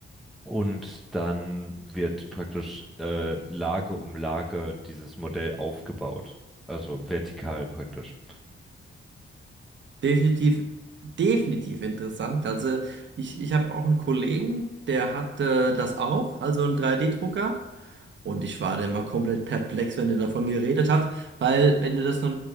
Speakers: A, in the centre; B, on the right.
A: und dann wird praktisch äh, Lage um Lage dieses Modell aufgebaut. Also vertikal praktisch.
B: Definitiv, definitiv interessant. Also ich, ich habe auch einen Kollegen, der hat äh, das auch, also einen 3D-Drucker. Und ich war dann mal komplett perplex, wenn der davon geredet hat, weil wenn du das noch,